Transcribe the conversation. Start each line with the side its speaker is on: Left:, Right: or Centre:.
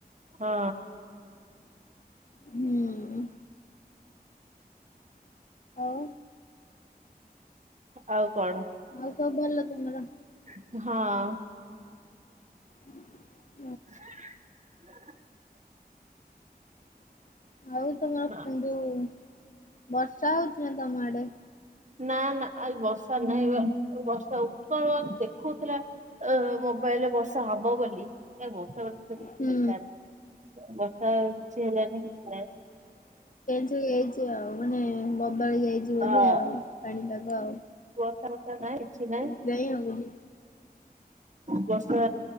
Right: ହଁ।
Left: ହୁଁ। ଆଉ।
Right: ଆଉ କଣ
Left: ଆଉ ସବୁ ଭଲ ତମର?
Right: ହଁ।
Left: <inaudible>
Right: <inaudible>
Left: <inaudible> ଆଉ ତମର
Right: ନା
Left: ଯୋଉ ବର୍ଷା ହଉଛି ମା ତମ ଆଡେ?
Right: ନା ନା ଆଜି ବର୍ଷା ନାହିଁ ବା ବର୍ଷା ଉଠଉ ଦେଖଉଥିଲା ଅ ମୋବାଇଲରେ ବର୍ଷା ହବ ବୋଲି ଏ ବର୍ଷା ବର୍ଷା ତ କିଛି
Left: ହୁଁ
Right: ହେଲାନି ବର୍ଷା କିଛି ହେଲାନି କିଛି ନାହିଁ
Left: ଞ୍ଜ ହେଇଯାଇଛି ଆଉ ମାନେ ବଦଳି ଯାଇଛି ବୋଧେ
Right: ହଁ
Left: ଆଉ ପାଣିପାଗ ଆଉ।
Right: <unintelligible> ର୍ଷା ନାଇଁ କିଛି ନାଇଁ
Left: ସେଥିପାଇଁ ଆଉ ହଁ
Right: ବର୍ଷା